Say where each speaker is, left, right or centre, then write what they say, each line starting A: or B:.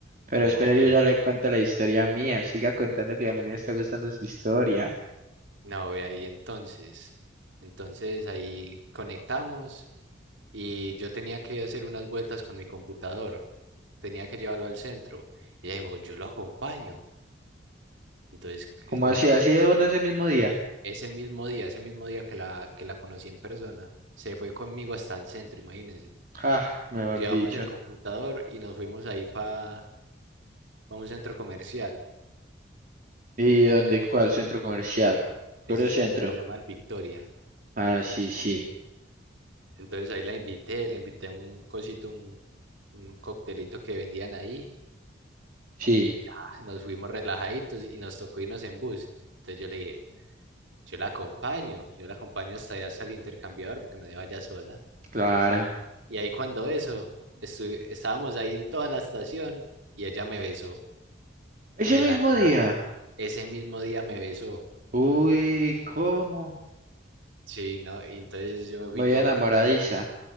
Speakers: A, on the right (about 45°); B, on the right (about 80°).
A: Pero
B: como
A: espera,
B: que,
A: yo ya le cuento la historia mía. Siga contando que a mí me está gustando su historia.
B: no, ve ahí entonces. Entonces ahí conectamos y yo tenía que hacer unas vueltas con mi computador. tenía que llevarlo al centro. Y ella me dijo, yo lo acompaño. Entonces
A: ¿Cómo
B: eh, nos
A: así?
B: fuimos.
A: ¿Así de uno ese mismo día?
B: Ese mismo día, ese mismo día que la, que la conocí en persona, se fue conmigo hasta el centro, imagínense.
A: Ah, mejor
B: Llevamos
A: dicho.
B: el computador y nos fuimos ahí para un centro comercial.
A: ¿Y dónde?
B: Y ahí,
A: ¿Cuál centro comercial? Coreo
B: ese
A: Centro.
B: centro se llama el Victoria.
A: Ah, sí, sí,
B: Entonces ahí la invité, la invité a un cosito, un, un coctelito que vendían ahí.
A: sí,
B: Y ya, nos fuimos relajaditos y nos tocó irnos en bus. Entonces yo le dije, Yo la acompaño, yo la acompaño hasta allá, hasta el intercambiador, porque no iba ya sola.
A: claro.
B: Y ahí cuando eso, estu- estábamos ahí en toda la estación y ella me besó
A: Ese
B: de la
A: mismo
B: nada.
A: día.
B: Ese mismo día me besó.
A: Uy, ¿cómo?
B: Sí, ¿no? Y entonces yo me fui
A: Muy
B: todo
A: enamoradiza.
B: contento.